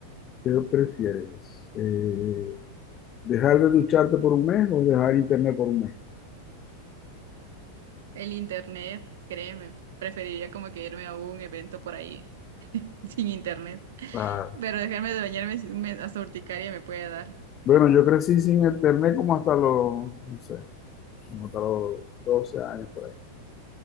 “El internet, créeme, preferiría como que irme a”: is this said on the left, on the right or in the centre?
Right